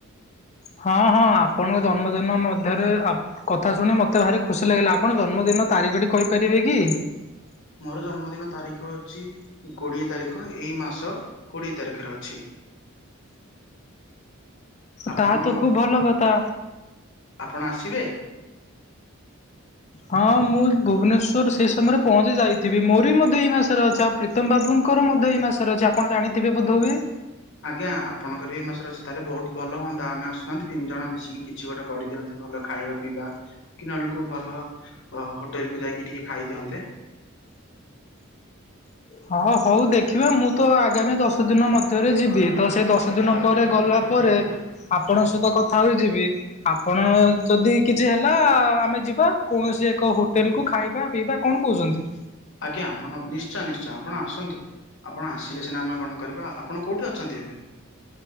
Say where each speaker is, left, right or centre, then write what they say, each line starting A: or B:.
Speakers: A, on the left; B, on the left.
A: ହଁ ହଁ ଆପଣଙ୍କ ଜନ୍ମଦିନ ମଧ୍ୟରେ କଥା ଶୁଣି ମୋତେ ଭାରି ଖୁସି ଲାଗିଲା ଆପଣ ଜନ୍ମଦିନର ତାରିଖଟି କହିପାରିବେ କି?
B: ମୋର ଜନ୍ମଦିନ ତାରିଖ ହଉଛି କୋଡିଏ ତାରିଖ ଏଇ ମାସ କୋଡ଼ିଏ ତାରଖ ରେ ଅଛି। ଆପଣ
A: ତାହା ତ ଖୁବ ଭଲ କଥା
B: ଆପଣ ଆସିବେ?
A: ହଁ ମୁଁ ଭୁବନେଶ୍ଵର ସେଇ ସମୟରେ ପହଞ୍ଚି ଯାଇଥିବି ମୋର ବି ମଧ୍ୟ ଏଇ ମାସରେ ଅଛି। ପ୍ରୀତମ ବାବୁଙ୍କର ମଧ୍ୟ ଏଇ ମାସରେ ଅଛି ଆପଣ ଜାଣିଥିବେ ବୋଧହୁଏ?
B: ଆଜ୍ଞା ଆପଣଙ୍କର ଏଇ ମାସରେ ଅଛି ତାହେଲେ ବହୁତ ଭଲ ହୁଅନ୍ତା ଆମେ ଆସୁନାହାନ୍ତି ତିନି ଜଣ ମିଶିକି କିଛି ଗୋଟେ କରିଦିଅନ୍ତୁ। ଭଲ ଖାଇବା ପିଇବା କି ନ ହେଲେ କୋଉ ଭଲ ହୋଟେଲ କୁ ଯାଇକି ଟିକେ ଖାଇଦିଅନ୍ତେ।
A: ହଁ ହଉ ଦେଖିବା ମୁଁ ତ ଆଗାମୀ ଦଶ ଦିନ ମଧ୍ୟରେ ଯିବି ତ ସେଇ ଦଶ ଦିନ ପରେ ଗଲା ପରେ ଆପଣଙ୍କ ସହିତ କଥା ହଇଯିବି। ଆପଣ ଯଦି କିଛି ହେଲା ଆମେ ଯିବା କୌଣସି ଏକ ହୋଟେଲ କୁ ଖାଇବା ପିଇବା। କଣ କହୁଛନ୍ତି?
B: ଆଜ୍ଞା ଆପଣ ନିଶ୍ଚୟ ନିଶ୍ଚୟ ଆପଣ ଆସନ୍ତୁ। ଆପଣ ଆସିଲେ ସିନା ଆମେ କଣ କରିବା ଆପଣ କେଉଁଠି ଅଛନ୍ତି ଏବେ?